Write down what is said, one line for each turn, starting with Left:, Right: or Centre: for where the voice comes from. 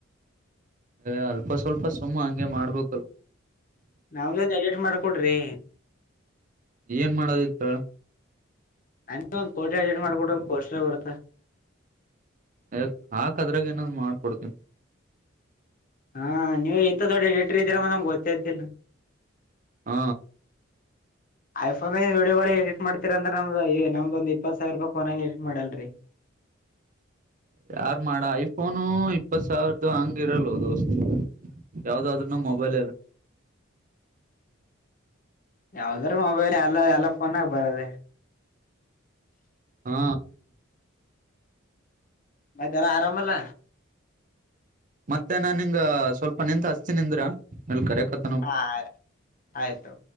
Right: ಎ ಅಲ್ಪ ಸ್ವಲ್ಪ ಸುಮ್ಮ ಹಂಗೆ ಮಾಡ್ಬೇಕಲ್.
Left: ನಮ್ಮದೊಂದ ಎಡಿಟ್ ಮಾಡಕೊಡ್ರಿ.
Right: ಏನ್ ಮಾಡದಿತ್ತ ಹೇಳ.
Left: ನಂದು ಒಂದ ಫೋಟೋ ಎಡಿಟ್ ಮಾಡಿ ಕೊಡಲ್ ಪೋಸ್ಟ್ರಬಿಡತ್ತನ.
Right: ಯಾಕ ಹಾಕ ಅದ್ರಾಗ ಏನ ಮಾಡಕೊಡ್ತೀನಿ.
Left: ಹಾ ನೀವು ಇಂಥ ದೊಡ್ಡ ಎಡಿಟರ್ ಇದೀರ ನಂಗ ಗೊತ್ತೆ ಇದ್ದಿಲ್ಲ.
Right: ಹ
Left: ಐಫೋನ್ ವಿಡಿಯೋಗಳ ಎಡಿಟ್ ಮಾಡತೀರ್ ಅಂದ್ರ ನಮ್ಮದ ಈ ನಮ್ದ ಒಂದ ಇಪ್ಪತ್ ಸಾವಿ ರೂಪಾಯ ಫೋನ್ ನ್ಯಾಗ್ ಎಡಿಟ್ ಮಾಡಿಲ್ರಿ.
Right: ಯಾರ್ ಮಾಡ ಐಫೋನು ಇಪ್ಪತ್ ಸಾವಿರದು ಹಂಗ ಇರಲೋ ದೋಸ್ತ. ಯಾವ್ದಾದ್ರನು ಮೊಬೈಲ್ ಲಲ್ಲೆ.
Left: ಯಾವದರ ಮೊಬೈಲ್ ಎಲ್ಲಾ ಎಲ್ಲಾ ಫೋನ್ಗ ಬರೋದರಿ.
Right: ಹು
Left: ಮತ್ತೆಲ್ಲಾ ಆರಾಮಲ್ಲ.
Right: ಮತ್ತೆ ನಾನ್ ನಿಂಗ ಸ್ವಲ್ಪ ನಿಂತ್ ಹಚ್ಚುತ್ತೇನೆ ನಿಂದ್ರ ಅಲ್ಲಿ ಕರೆಕತ್
Left: ಹಾ ಆಯ್ತು.